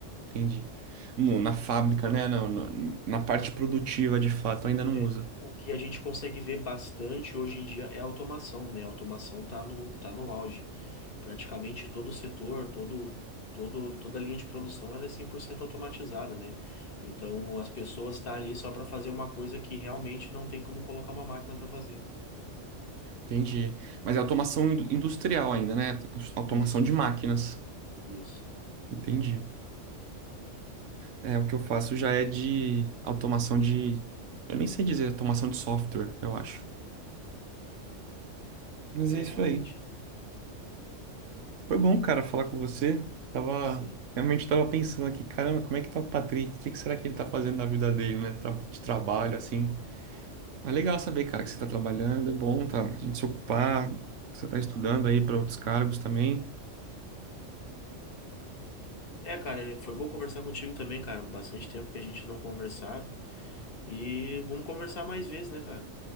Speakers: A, on the right; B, on the left.
A: Entendi. No- na fábrica, né? Na, na, na parte produtiva, de fato, ainda não
B: É,
A: usa.
B: o que a gente consegue ver bastante hoje em dia é a automação, né? A automação tá no, tá no auge. Praticamente todo o setor, todo, todo, toda a linha de produção, ela é 100% automatizada, né? Então, as pessoas estão ali só para fazer uma coisa que realmente não tem como colocar uma máquina para fazer.
A: Entendi. Mas é automação in- industrial ainda, né? Automação
B: Isso,
A: de máquinas.
B: isso.
A: Entendi. É, o que eu faço já é de automação de. Eu nem sei dizer, automação de software, eu acho. Mas
B: É,
A: é isso
B: realmente.
A: aí. Foi bom, cara, falar com você. Tava.
B: Sim.
A: Realmente tava pensando aqui, caramba, como é que tá o Patrick? O que que será que ele tá fazendo na vida dele, né? Tra- De trabalho,
B: Aham.
A: assim. Mas é legal saber, cara, que você está trabalhando, é bom, tá? A gente se ocupar, você está estudando aí para outros cargos também.
B: É, cara, foi bom conversar contigo também, cara. Bastante tempo que a gente não conversava. E vamos conversar mais vezes, né, cara?